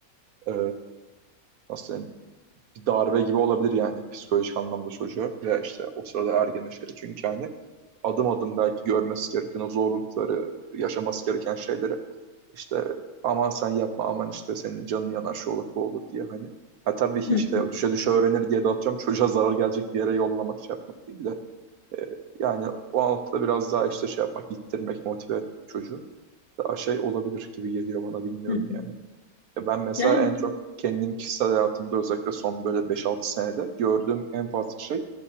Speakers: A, on the right; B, on the left.
A: Ee, nasıl diyeyim? bir darbe gibi olabilir yani psikolojik anlamda çocuğu veya işte o sırada ergene şey. Çünkü hani adım adım belki görmesi gereken o zorlukları, yaşaması gereken şeyleri işte aman sen yapma aman işte senin canın yanar şu olur bu olur diye hani. Ha tabii ki
B: Hı
A: işte
B: hı.
A: düşe düşe öğrenir diye de atıyorum çocuğa zarar gelecek bir yere yollamak şey yapmak değil de e, yani o noktada biraz daha işte şey yapmak, ittirmek, motive etmek çocuğu daha şey olabilir gibi geliyor bana bilmiyorum
B: Hı hı.
A: yani. Ya Ben mesela
B: Yani
A: en çok kendim kişisel hayatımda özellikle son böyle beş altı senede gördüğüm en fazla şey